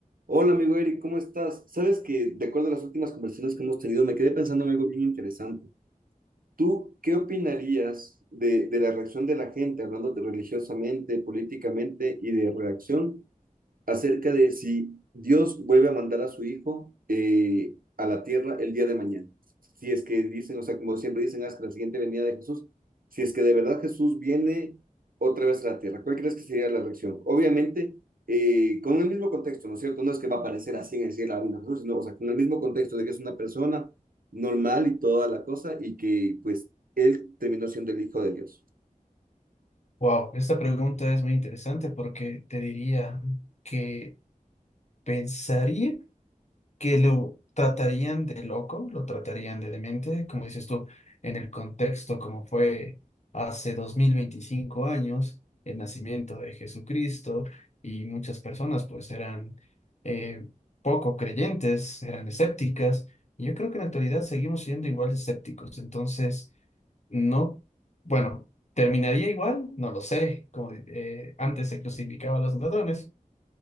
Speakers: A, on the right; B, on the left.
A: Hola amigo Eric, ¿cómo estás? Sabes que de acuerdo a las últimas conversaciones que hemos tenido, me quedé pensando en algo bien interesante. ¿Tú qué opinarías de, de la reacción de la gente, hablándote religiosamente, políticamente y de reacción acerca de si Dios vuelve a mandar a su hijo eh, a la tierra el día de mañana. Si es que dicen, o sea, como siempre dicen, hasta la siguiente venida de Jesús, si es que de verdad Jesús viene otra vez a la tierra, ¿cuál crees que sería la reacción? Obviamente, eh, con el mismo contexto, ¿no es cierto? No es que va a aparecer así en el cielo a Jesús, sino, o sea, con el mismo contexto de que es una persona normal y toda la cosa y que pues él terminó siendo el hijo de Dios.
B: Wow, esta pregunta es muy interesante porque te diría que pensaría que lo tratarían de loco, lo tratarían de demente, como dices tú, en el contexto como fue hace 2025 años, el nacimiento de Jesucristo y muchas personas pues eran eh, poco creyentes, eran escépticas. y Yo creo que en la actualidad seguimos siendo igual de escépticos, entonces no, bueno, ¿terminaría igual? No lo sé. Como eh, antes se crucificaba a los ladrones.